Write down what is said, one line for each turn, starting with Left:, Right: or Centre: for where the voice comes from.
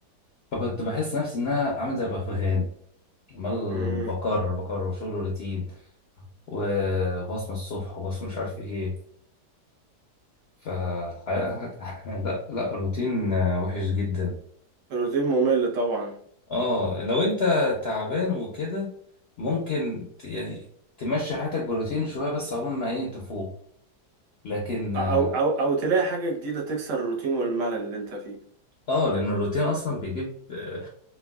Left: فكنت بحس نفسي ان انا عامل زي بغبغان عمال
Right: امم
Left: بكرر بكرر وشغل روتين وبصمة الصبح وبصمة مش عارف ايه فالحقيقة <laughs> لا لا روتين آه، وحش جدا
Right: الروتين ممل طبعا
Left: اه لو انت تعبان وكده ممكن ت- يعني تمشي حياتك بروتين شوية بس عقبال ما ايه تفوق لكن اه
Right: او او او تلاقي حاجه جديده تكسر الروتين والملل اللي انت فيه
Left: آه، لان الروتين اصلا بيجيب آه،